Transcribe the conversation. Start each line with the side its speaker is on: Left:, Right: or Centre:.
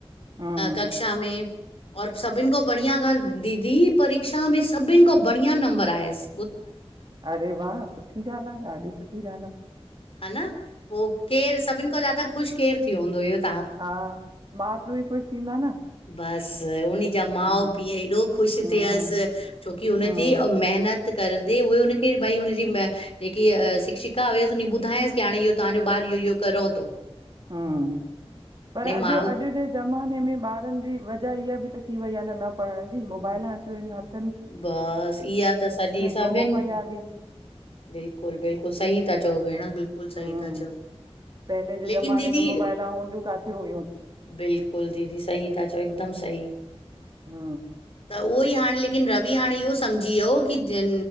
Right: हम्म
Left: कक्षा में और सभिन खां बढ़िया ॻाल्ह दीदी परीक्षा में सभिन खां बढ़िया नंबर आयस।
Right: अरे वाह सुठी ॻाल्ह आह ॾाढी सुठी ॻाल्ह आह।
Left: हा न पो केर सभिन खां ज्यादा ख़ुश केर थीयो हूंदो <unintelligible>
Right: हा मा पीउ ही ख़ुश थींदा न।
Left: बस उनिजा माउ
Right: हम्म
Left: पीउ एॾो ख़ुश
Right: हम्म
Left: थियस छोकी हुनजी
Right: हम्म
Left: मेहनत करंदी हुई हुनखे भई हुनजी जेकी शिक्षिका हुयस। की ॿुधाएसकी हाणे तव्हांजो ॿारह इयो -इयो करेव तो।
Right: हूं, पर अॼ
Left: माउ
Right: अॼु जे ज़माने में ॿारन जी वजह इहा बि त थी वई आह न पढ़ण जी, मोबाइल अची वियूं हथ
Left: बसि इहा त सॼी सभिनि
Right: गुम पिया
Left: खां
Right: हली
Left: बिल्कुलु बिल्कुलु सही था चओ भेण बिल्कुलु सही
Right: हम्म
Left: था चओ।
Right: पहले जे ज़माने
Left: लेकिन दीदी,
Right: में मोबाइला हूंदियूं काथे हुयूं
Left: बिल्कुलु दीदी सी था चओ हिकदम। सही।
Right: हा।
Left: हो हाल ले लेकिन रवि हाणे इहो सम्झी वियो की जन